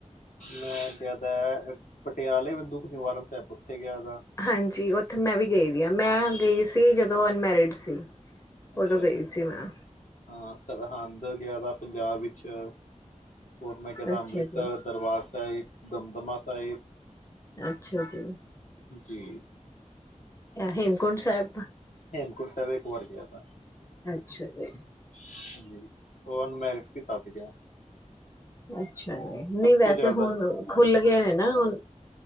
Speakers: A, on the left; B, on the left.
A: ਮੈਂ ਜ਼ਿਆਦਾ ਪਟਿਆਲੇ ਬਿੰਦੂ ਦੁਖ ਨਿਵਾਰਨ ਸਾਹਿਬ। ਗਿਆ ਦਾ
B: ਹਾਂਜੀ ਉੱਥੇ ਮੈਂ ਵੀ ਗਈ ਦੀ ਹਾਂ। ਮੈਂ ਗਈ ਸੀ। ਜਦੋਂ ਅਨਮੈਰਿਡ ਸੀ।
A: ਅੱਛਾ
B: ਉਦੋਂ ਗਈ ਸੀ ਮੈਂ
A: ਹਾਂ ਸਰਹੰਦ ਗਿਆ ਦਾ ਪੰਜਾਬ ਵਿੱਚ ਅੱਛਾ ਹੋਰ ਮੈਂ ਗਿਆ ਦਾ
B: ਅੱਛਾ
A: ਅੰਮ੍ਰਿਤਸਰ
B: ਜੀ
A: ਦਰਬਾਰ ਸਾਹਿਬ, ਦਮਦਮਾ ਸਾਹਿਬ
B: ਅੱਛਾ ਜੀ
A: ਜੀ
B: ਅ ਹੇਮਕੁੰਟ ਸਾਹਿਬ
A: ਹੇਮਕੁੰਟ ਸਾਹਿਬ ਇੱਕ ਵਾਰ ਗਿਆ ਦਾ
B: ਅੱਛਾ ਜੀ
A: ਜੀ ਉਹ ਅਨਮੈਰਿਡ ਸੀ ਤਾਂ ਸੀ ਗਿਆ
B: ਅੱਛਾ ਜੀ ਨਹੀਂ
A: ਸਭ
B: ਵੈਸੇ
A: ਤੋਂ ਜ਼ਿਆਦਾ
B: ਹੁਣ ਖੁੱਲ ਗਏ ਨੇ ਨਾ ਹੁਣ